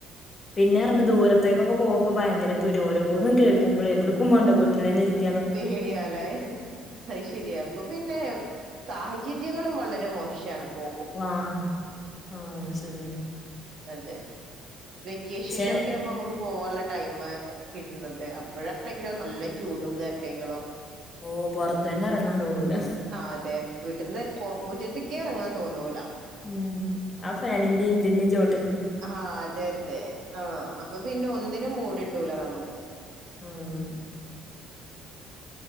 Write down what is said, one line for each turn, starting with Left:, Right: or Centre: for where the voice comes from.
Left: പിന്നെറഞ്ഞ ദൂരത്തേക്കൊക്കെ പോകപ്പോ ഭയങ്കര പീടി ഓരോന്നും കേൾക്കുമ്പോൾ എവിടുക്കുമ്പോണ്ട വീട്ടിൽ തന്നെ ഇരിക്ക
Right: പേടിയാല്ലേ അയ്ശരിയാ അപ്പൊ പിന്നെ സാഹചര്യങ്ങളും വളരെ മോശാണ്പ്പോ
Left: ആഹ് ആഹ് ശരിയാണ്
Right: അതെ വെക്കേഷനിലൊക്കെയ
Left: പക്ഷെ
Right: ഇപ്പൊ നമുക്ക് പോവാനുള്ള ടൈം കിട്ടുന്നത് അപ്പോഴാണെങ്കിലോ നല്ല ചൂടും കാര്യങ്ങളും
Left: ഓഹ് പുറത്തന്നെ ഇറങ്ങാൻ തോന്നൂല
Right: ആഹ് അതെ വീട്ടന്ന് മുറ്റത്തകേറങ്ങാൻ തോന്നൂല
Left: ഉം ആ ഫാനിന്റെയും ഇന്തിന്റെയും ചോ
Right: ആഹ് അതെ അതെ ആഹ് അപ്പൊ പിന്നെ ഒന്നിനും മൂടിട്ടൂല നമുക്ക്
Left: ഉം